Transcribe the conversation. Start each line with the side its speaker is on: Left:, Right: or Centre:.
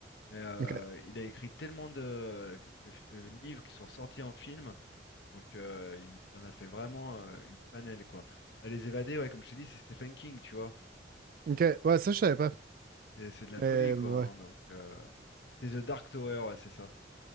Left: mais euh,
Right: Ok.
Left: il a écrit tellement de, de- de livres qui sont sortis en film, donc euh, il en a fait vraiment euh, une panelle quoi. Bah, les évadés, ouais, comme je t'ai dit, c'est Stephen King, tu vois.
Right: Ok. Ouais, ça, je savais pas.
Left: C'est c'est de la
Right: Mais
Left: folie quoi.
Right: mais
Left: hein,
Right: ouais.
Left: donc euh, c'est The Dark Tower, ouais, c'est ça